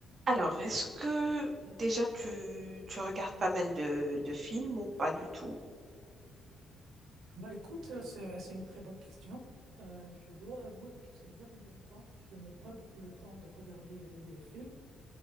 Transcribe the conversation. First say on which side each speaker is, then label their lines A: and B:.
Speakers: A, on the right; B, on the right.
A: Alors, est-ce que déjà tu, tu regardes pas mal de, de films ou pas du tout?
B: Bah écoute, euh, c'est, c'est une très bonne question. Euh, je dois avouer que ces derniers temps, je n'ai pas beaucoup le temps de regarder des films,